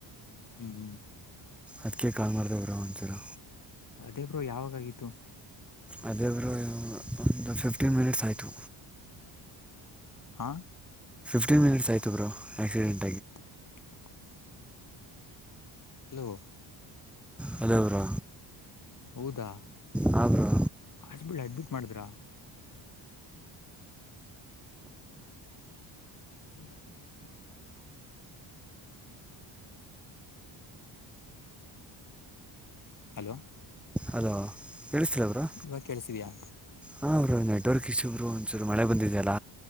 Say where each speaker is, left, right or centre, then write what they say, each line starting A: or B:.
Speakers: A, on the left (about 40°); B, in the centre.
A: <inaudible> ಹ್ಮ್ ಹ್ಮ್
B: ಅದಕ್ಕೆ ಕಾಲ್ ಮಾಡ್ದೆ ಬ್ರೋ ಒಂಚೂರು
A: ಅದೇ ಬ್ರೋ ಯಾವಾಗ ಆಾಗಿತ್ತು
B: ಅದೇ ಬ್ರೋ ಒಂದು ಫಿಫ್ಟೀನ್ ಮಿನಿಟ್ಸ್ ಆಯಿತು
A: ಹಾ
B: ಫ್ಟೀನ್ ಮಿನಿಟ್ಸ್ ಆಯತು bro accident
A: <inaudible> hello
B: hello bro
A: ಹೌದಾ
B: ಹಾಂ ಬ್ರೋ
A: ಹಾಸ್ಪಿಟ್ಲ್ ಅಡ್ಮಿಟ್ ಮಾಡಿದ್ರಾ <unintelligible> ಹಲೋ.
B: ಹಲೋ ಕೇಳಿಸ್ತಿಲ್ಲ ಬ್ರೋ
A: ಇವಾಗ ಕಳ್ಸಿದ್ಯಾ
B: ಹಾಂ ನೆಟ್ವರ್ಕ್ ಇಶ್ಯೂ ಒಂಚುರ್ ಮಳೆ ಬಂದಿದೆಯಲ್ಲ